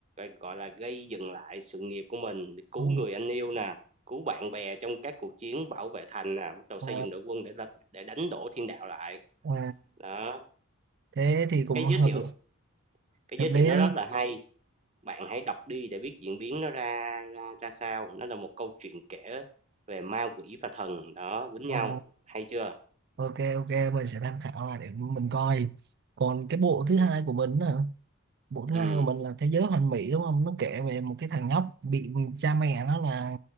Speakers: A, on the right (about 30°); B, on the right (about 50°).
A: gọi là, gây dừng lại sự nghiệp của mình, cứu
B: ừ,
A: người anh yêu nè, cứu bạn bè trong các cuộc chiến bảo vệ thành nè, bắt đầu xây
B: à,
A: dựng đội quân để đ để đánh đổ thiên đạo lại.
B: à,
A: Đó,
B: thế thì cũng
A: cái
B: hợp
A: giới thiệu
B: lý-
A: cái
B: hợp
A: giới thiệu
B: lý
A: nó
B: đó
A: rất là hay, bạn hãy đọc đi để biết diễn biến nó ra ra ra sao. Nó là một câu chuyện kể về ma quỷ và thần, đó, quýnh
B: Ờ,
A: nhau, hay chưa?
B: ok ok mình sẽ tham khảo lại để mình coi còn cái bộ thứ
A: Ừm,
B: hai của mình á, bộ thứ
A: ừm,
B: hai của mình là thế giới hoàn mỹ đúng không nó kể về một cái thằng nhóc bị cha mẹ nó là